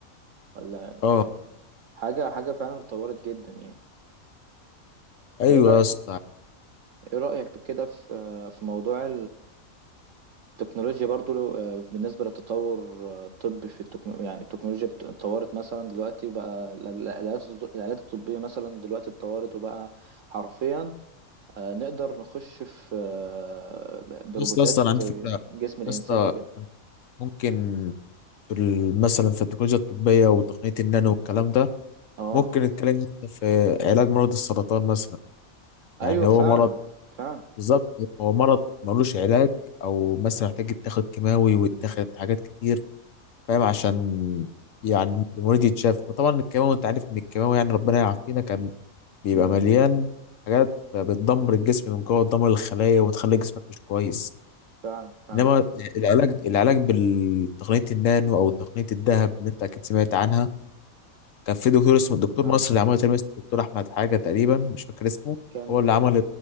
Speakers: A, on the right; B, on the left.
A: ولا
B: اه
A: يعني حاجه حاجه فعلا اتطورت جدا يعني إنت
B: ايوه
A: ايه رايك
B: يا اسطى
A: ايه رايك كده في في موضوع التكنولوجيا برضو لو- آه، بالنسبة للتطور آه، الطبي في التكنولوجيا يعني التكنولوجيا بت- اتطورت مثلا دلوقتي وبقى ال- ال- الآلات الط- الآلات الطبية مثلا دلوقتي اتطورت وبقى حرفيا آه، نقدر نخش في آه، ب- بروبوتات
B: يا اسطى اصلا عندي فكره يا
A: جسم الإنسان
B: اسطى
A: وكده
B: ممكن في ال- مثلا في التكنولوجيا الطبيه وتقنيه النانو والكلام ده
A: اه
B: ممكن نتكلم يا اسطى في علاج مرض السرطان مثلا
A: أيوه
B: يعني
A: فعلا
B: هو مرض
A: فعلا
B: بالظبط هو مرض ملوش علاج او مثلا محتاج يتاخد كيماوي ويتاخد حاجات كتير فاهم عشان يعني المريض يتشاف وطبعا الكيماوي انت عارف ان الكيماوي يعني ربنا يعافينا كان بيبقى
A: مم،
B: مليان حاجات بتدمر الجسم من جوه تدمر الخلايا وتخلي جسمك مش كويس
A: فعلا فعلا
B: انما العلاج العلاج بالتقنية النانو او تقنية الذهب اللي انت اكيد سمعت عنها كان في دكتور اسمه الدكتور
A: فعلا
B: مصر اللي عمله تقريبا اسمه الدكتور احمد حاجة تقريبا مش فاكر اسمه
A: كان
B: هو اللي عمل